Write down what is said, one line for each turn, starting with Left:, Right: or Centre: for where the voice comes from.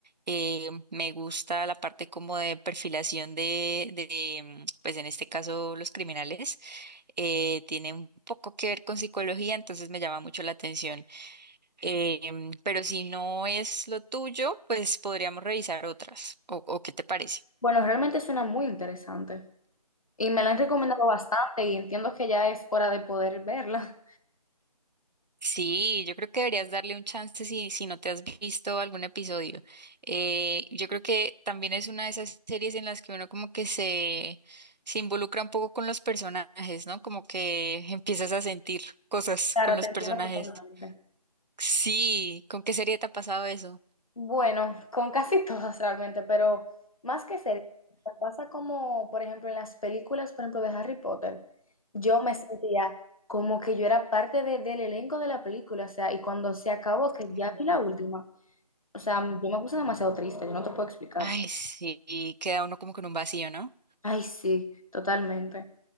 Right: Eh, me gusta la parte como de perfilación de, de, mm, pues en este caso los criminales. Eh, tiene un poco que ver con psicología, entonces me llama mucho la atención. Eh, mm, pero si no es lo tuyo, pues podríamos revisar otras. ¿O, o qué te parece?
Left: Bueno, realmente suena muy interesante y me la han recomendado bastante y entiendo que ya es hora de poder verla.
Right: Sí, yo creo que deberías darle un chance si, si no te has visto algún episodio. Eh, yo creo que también es una de esas series en las que uno como que se, se involucra un poco con los personajes, ¿no? Como que <laughs> empiezas a sentir cosas
Left: Claro,
Right: con los
Left: te entiendo
Right: personajes.
Left: totalmente.
Right: Sí, ¿con qué serie te ha pasado eso?
Left: Bueno, con casi <laughs> todas realmente, pero más que series, me pasa como, por ejemplo, en las películas, por ejemplo, de Harry Potter, yo me sentía como que yo era parte de- del elenco de la película, o sea, y cuando se acabó, que
Right: Ujú.
Left: ya vi la última, o sea, yo me puse demasiado triste, yo no te puedo explicar.
Right: Ay, sí, y queda uno como con un vacío, ¿no?
Left: Ay, sí, totalmente.